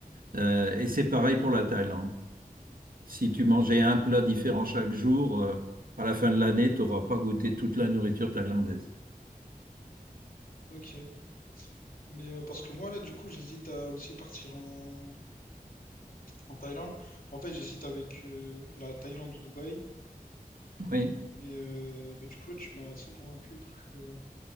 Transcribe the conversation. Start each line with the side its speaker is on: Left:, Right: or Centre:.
Right: Euh, et c'est pareil pour la Thaïlande. Si tu mangeais un plat différent chaque jour, euh, à la fin de l'année, tu n'auras pas goûté toute la nourriture thaïlandaise.
Left: Ok. Mais euh, parce que moi, là, du coup, j'hésite à aussi partir en... en Thaïlande. En fait, j'hésite avec euh, la Thaïlande ou Dubaï,
Right: Oui.
Left: mais euh, bah, du coup, là, tu m'as assez convaincu pour que...